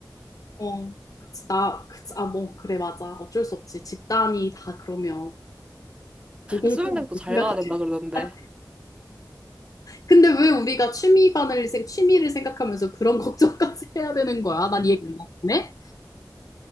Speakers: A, on the left; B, on the right.
A: 어, 그치, 나, 그치, 아, 뭐, 그래, 맞아. 어쩔 수 없지. 집단이 다 그러면 불공평하게
B: 수영장도 잘
A: 생각해.
B: 가야 된다 그러던데.
A: 아, 근데 왜 우리가 취미반을, 생- 취미를 생각하면서 그런 <laughs> 걱정까지 해야 되는 거야? 난 이해가 안 가네?